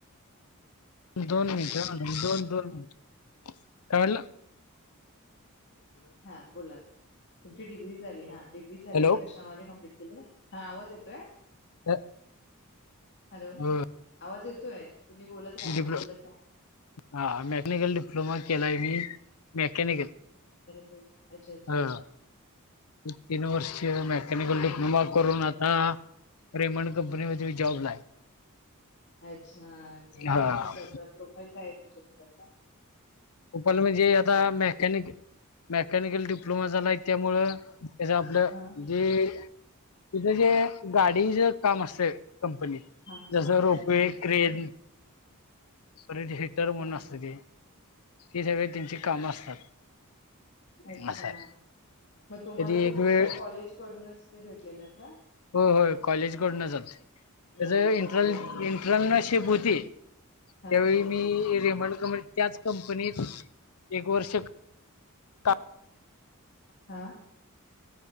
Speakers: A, on the left; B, on the left.
A: दोन मिनिट दोन दोन मिनिट काय म्हटला?
B: हा बोला तुमची डिग्री झाली, हा डिग्री झाली
A: हॅलो.
B: हे कशामध्ये कमप्लीट हा आवाज येतोय.
A: <unintelligible>
B: हॅलो!
A: हो
B: आवाज येतोय, तुम्ही बोलत राहा
A: डिप्लो
B: बोलत राहा.
A: हा मेकॅनिकल डिप्लोमा केलाय, मी मेकॅनिकल.
B: ह अच्छा अच्छा!
A: ह तीन वर्ष मेकॅनिकल डिप्लोमा करून, आता रेमंड कंपनीमध्ये जॉब ला आहे.
B: अच्छा! काय
A: हा
B: आहे? तुमचा प्र. प्रोफाईल काय आहे. तुमच्या तिकडचा.
A: प्रोफाईल म्हणजे, आता मेकॅनिक मेकॅनिकल डिप्लोमा झालायं त्यामुळं <unintelligible> आपलं
B: हा
A: जे तिथं जे गाडीचे काम असतयं. कंपनी
B: हा हा.
A: जसं रोपवे
B: अच्छा
A: क्रेन. परत हिटर
B: हा
A: म्हणून,
B: हा.
A: असतं ते ती सगळे त्यांची कामं असतात.
B: अच्छा!
A: असं आहे
B: मग तुम्हाला
A: कधी
B: तुमच्या
A: एक वेळ
B: कॉलेज कडूनच ते भेटलेलं का?
A: हो हो कॉलेजकडून आलती
B: नोकरीची
A: इंट्र
B: ऑफर आलेली.
A: इंट्रनरशिप होती. त्यावेळी
B: अच्छा अच्छा
A: मी रेमंड कंपनीत त्याच कंपनीत एक वर्ष काम
B: हा.